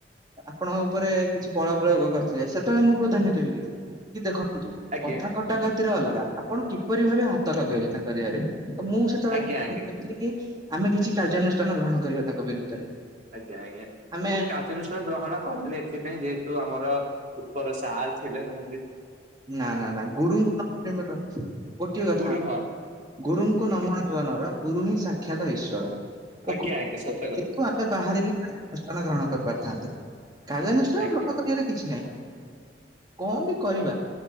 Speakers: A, on the right (about 20°); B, on the right (about 45°).
A: ଆପଣଙ୍କ ଉପରେ କିଛି ବଳ ପ୍ରୟୋଗ କରିଥିଲେ। ସେତେବେଳେ ମୁଁ କ୍ରୋଧନିତ ହେଇଯାଇଥିଲି ।କି ଦେଖ
B: ଆଜ୍ଞା
A: କଥା କଟା ଗତିରେ ଅଲଗା ଆପଣ କିପରି ଭାବେ ହାତ ଲଗେଇଲେ ତାଙ୍କ ଦେହରେ? ତ ମୁଁ ସେତେବେଳେଥିଲି
B: ଆଜ୍ଞା ଆଜ୍ଞା
A: କି ଆମେ କିଛି କାର୍ଯ୍ୟାନୁଷ୍ଠାନ ଗ୍ରହଣ କରିବା ତାଙ୍କ ବିରୁଦ୍ଧରେ।
B: ଆଜ୍ଞା ଆଜ୍ଞା
A: ଆମେ
B: ମୁଁ କାର୍ଯ୍ୟାନୁଷ୍ଠାନ ଗ୍ରହଣ କଲିି ଏଥିପାଇଁ ଯେହେତୁ, ଆମର ଉପର ସାର୍ ଥିଲେ, ଧ
A: ନା ନା ନା ଗୁରୁଙ୍କ ପାଇଁ ଗୋଟିଏ କଥା
B: ଗୁରୁ ହଁ
A: ଗୁରୁଙ୍କୁ
B: ଆଜ୍ଞା
A: ନମଣିବ ନର ଗୁରୁ ହିଁ ସାକ୍ଷାତ ଈଶ୍ଵର। ତ
B: ଆଜ୍ଞା
A: ଗୁରୁ
B: ଆଜ୍ଞା ସ
A: କିନ୍ତୁ ଆମେ ବାହାରେ ବି କାର୍ଯ୍ୟାନୁଷ୍ଠାନ ଗ୍ରହଣ କରିପାରିଥାନ୍ତେ। କାର୍ଯ୍ୟାନୁଷ୍ଠାନ
B: ଆଜ୍ଞା
A: ଗ୍ରଣ କରିବାର କିଛି ନାହିଁ କଣ ବି କରିବା
B: ହଁ।